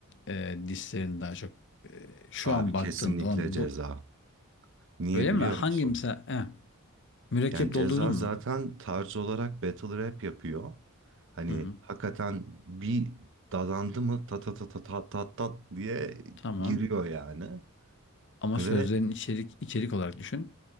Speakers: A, on the left (about 55°); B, on the right (about 60°).
A: e, dislerini daha çok e, şu
B: Abi
A: an baktığında
B: kesinlikle
A: olan
B: ceza.
A: bu
B: Niye
A: öyle
B: biliyor
A: mi? Hangi
B: musun?
A: mesela eh, mürekkep
B: Yani Ceza
A: doldurdun mu?
B: zaten tarz olarak battle rap yapıyor. Hani
A: Hı hı.
B: hakikaten bir dadandı mı ta ta ta ta ta ta ta diye
A: Tamam.
B: giriyor yani.
A: Ama
B: Ve
A: sözlerin içerik içerik olarak düşün.